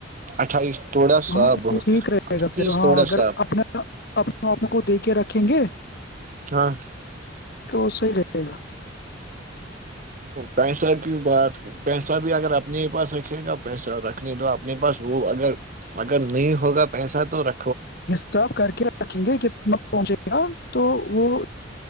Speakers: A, on the right (about 40°); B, on the left (about 55°).
A: اٹھائیس توڑا صاف
B: ہاں
A: بہت
B: یہ ٹھیک
A: ہے
B: رہے گا
A: تیس
B: پھر ہاں
A: توڑا
B: اگر
A: صاف
B: اپنا اپ آ کو دیکھ کک <unintelligible> رکھیں گے
A: ہاں
B: تو صحی رہے گا
A: پیسہ کی بات پیسہ بھی اگر اپنے ہی پاس رکھے گا پیسہ رکھنے دو اپنے پاس وہ اگر اگر نہیں ہوگا پیسہ تو ر
B: حساب کر کے رکھیں گے کہتنا پہنچے گا تو وہ